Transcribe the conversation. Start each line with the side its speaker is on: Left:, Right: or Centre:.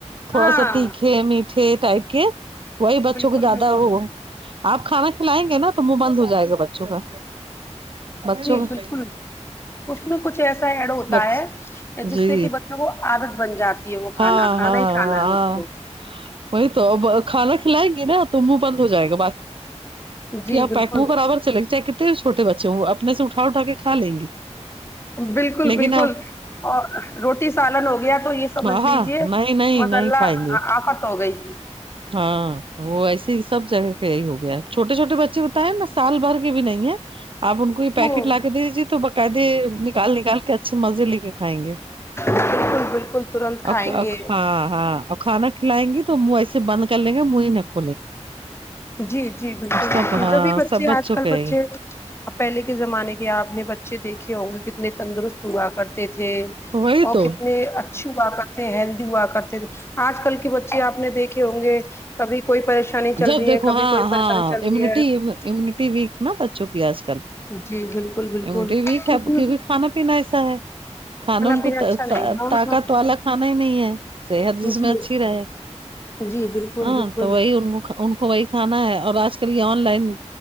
Right: تھوڑا
Left: ہاں
Right: سا تیکھے می ٹھے ٹائپ کے وہی بچوں
Left: بالکل
Right: کو زیادہ
Left: بالکل
Right: وہ آپ کھانا کھلائیں گے نا تو منہ بند ہو جائے گا بچوں کا بچوں
Left: جی
Right: کا
Left: بالکل اس میں کچھ ایسا ایڈ ہوتا
Right: بچ
Left: ہے جس
Right: جی
Left: سے کہ ب چوں وہ عادت بن جاتی ہے وہ کھانا
Right: ہاں
Left: کھانا
Right: ہاں
Left: ہی کھانا
Right: ہاں
Left: ہے اس کو
Right: وہی تو اب کھانا کھلائیں گے نا تو منہ بند ہو جائے گا بق
Left: جی
Right: کیا آپ
Left: بالکل
Right: پیکمو برابر چل گے چے کنے چوٹے بچے ہو اپنے سے اٹھا اٹھا کے کھا لیں گے
Left: بالکل
Right: لیکن
Left: بالکل
Right: آپ
Left: اور روٹی سالن ہو گیا تو یہ سمجھ
Right: ہاں
Left: لیجے
Right: نہیں نہیں
Left: مساللہ
Right: نہیں کھائیں گے
Left: آفت ہو گئی
Right: ہاں وہ ایسے ہی سب جگہ پہ یہی ہو گیا چھوٹے چھوٹے بچے ہوتا ہے نا سال بھر بھی نہیں ہے آپ ان کو یہ پیکیٹ
Left: وہ
Right: لا کے دے دیجیے تو باقاعدے نکال نکال کے اچھے مزے لے کے کھائیں گے
Left: بالکل بالکل ترنت کھائیں
Right: اخ اخ
Left: گے
Right: ہاں ہاں کھانا کھلائیں گی تو منہ ایسے بند کر لیں گے منہ ہی ن
Left: جی جی بالکل
Right: سب
Left: بالکل
Right: ہاں
Left: جبھی بچے
Right: سب بچوں
Left: اج کل
Right: کے
Left: بچے
Right: ہیں یہ.
Left: اب پہلے کے زمانے کے اپ نے بچے دیکھے ہوں گے کتنے تندرست ہوا کر تے تھے
Right: وہی
Left: اور
Right: تو
Left: کتنے اچھی ہوا کرتے ہیلدی ہوا کرتے تھے آج کل کے بچے آپ نے دیکھے ہوں گے کبھی کوئی پریشانی چل
Right: جب
Left: رہی
Right: دیکھو
Left: ہے کبھی
Right: ہاں
Left: کوئی
Right: ہاں
Left: پریشانی چل
Right: امیونٹی
Left: رہی ہے
Right: امیونٹی ویک نا بچوں کی آج کل
Left: جی بالکل بالکل
Right: امیونٹی ویک
Left: کیو
Right: ہے
Left: کی
Right: کیونکہ
Left: نہ
Right: کھانا پینا ایسا ہے کھانا ان
Left: پینا
Right: کو
Left: اچھا نہیں ہے
Right: طاقت
Left: نا
Right: والا کھانا ہی نہیں ہے صحت جس
Left: جی
Right: میں اچھی رہے
Left: جی بالکل
Right: ہاں
Left: بالکل
Right: تو وہی ان ان کو وہی کھانا ہے اور آج کل یہ آن لائن